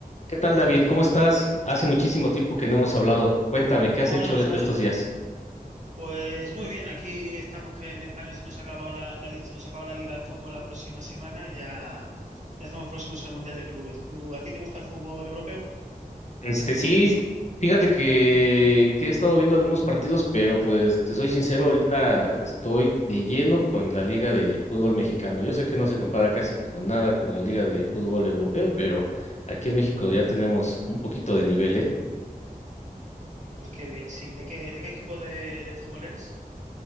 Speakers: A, on the left; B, on the right.
A: ¿Qué tal, David? ¿Cómo estás? Hace muchísimo tiempo que no hemos hablado. Cuéntame, ¿qué
B: Hola
A: has hecho
B: Gonzalo,
A: estos días?
B: pues muy bien, aquí estamos que en España se nos ha acabado la, la li- se nos acaba la Liga de Fútbol la próxima semana, y ya, ya estamos próximos al Mundial de Clubes. ¿Tú, a ti te gusta el fútbol europeo?
A: Este, sí, fíjate que, que he estado viendo algunos partidos, pero pues te soy sincero, ahorita estoy de lleno con la Liga de Fútbol Mexicano. Yo sé que no se compara casi con nada con la Liga de Fútbol Europeo, pero aquí en México ya tenemos un poquito de nivel, ¿eh?
B: Pues qué bien, sí. ¿De qué, de qué equipo de, de fútbol eres?